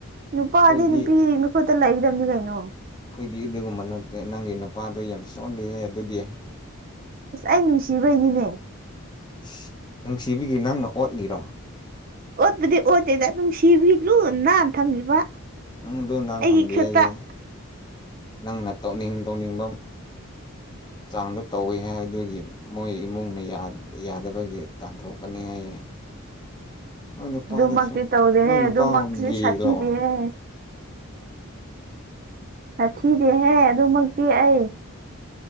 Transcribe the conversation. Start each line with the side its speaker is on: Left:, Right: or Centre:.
Right: ꯅꯨꯄꯥꯗꯤ
Left: ꯑꯩꯈꯣꯏꯗꯤ
Right: ꯅꯨꯄꯤ ꯃꯤꯨꯠꯇ ꯂꯩꯒꯗꯕꯅꯤ ꯀꯩꯅꯣ
Left: ꯑꯩꯈꯣꯏꯗꯤ ꯑꯗꯨꯒꯨꯝꯕ ꯅꯠꯇꯦ ꯅꯪꯒꯤ ꯅꯨꯄꯥꯗꯣ ꯌꯥꯝ ꯆꯣꯜꯂꯤꯍꯦ ꯑꯗꯨꯗꯤ꯫
Right: ꯑꯁ ꯑꯩ ꯅꯨꯡꯁꯤꯕꯩꯅꯤꯅꯦ꯫
Left: ꯏꯁ ꯅꯨꯡꯁꯤꯕꯤꯒꯤ ꯅꯪꯅ ꯑꯣꯠꯂꯤꯔꯣ꯫
Right: ꯑꯣꯠꯄꯗꯤ ꯑꯣꯠꯇꯦꯗ ꯅꯨꯡꯁꯤꯕꯤ ꯂꯨ ꯅꯥꯟꯅ ꯊꯝꯃꯤꯕ꯫
Left: ꯎ ꯑꯗꯨ
Right: ꯑꯩꯒꯤ
Left: ꯊꯝꯗꯦ
Right: ꯈꯨꯠꯇ
Left: ꯍꯥꯏꯌꯦ ꯅꯪꯅ ꯇꯧꯅꯤꯡ ꯇꯧꯅꯤꯡꯕ
Right: <inaudible>
Left: ꯆꯥꯡꯗꯣ ꯇꯧꯋꯤ ꯍꯥꯏ ꯑꯗꯨꯒꯤ ꯃꯣꯏ ꯏꯃꯨꯡꯅ ꯌꯥꯗꯕꯒꯤ ꯇꯥꯟꯊꯣꯛꯄꯅꯤ ꯍꯥꯏꯌꯦ꯫ ꯅꯣꯏ ꯅꯨꯄꯥꯗꯁꯨ
Right: ꯑꯗꯨꯃꯛꯇꯤ ꯇꯧꯗꯦ
Left: ꯅꯣꯏ ꯅꯨꯄꯥ
Right: ꯑꯗꯨꯃꯛꯇꯤꯗꯤ
Left: ꯒꯦꯂꯣ
Right: ꯁꯥꯊꯤꯗꯍꯦ ꯆꯊꯤꯗꯤꯍꯦ ꯑꯗꯨꯃꯛꯇꯤ ꯑꯩ